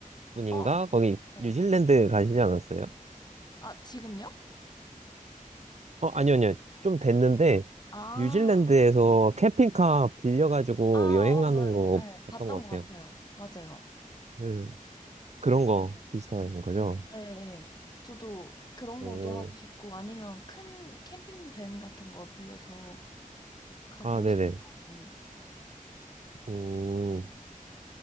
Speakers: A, on the right; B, on the left.
A: 분인가?
B: 어,
A: 거기
B: 네.
A: 뉴질랜드 가시지 않았어요?
B: 아, 지금요?
A: 어, 아니요, 아니요. 좀 됐는데,
B: 아,
A: 뉴질랜드에서 캠핑카 빌려가지고
B: 아, 어,
A: 여행 가는 거
B: 네, 네, 봤던
A: 봤던 것
B: 것
A: 같아요.
B: 같아요. 맞아요.
A: 네. 그런 거 비슷한 거죠?
B: 네, 네. 저도 그런
A: 오,
B: 것도 하고 싶고 아니면 큰 캠핑 밴 같은 거 빌려서 가보고
A: 아, 네네.
B: 싶기도 하고
A: 음,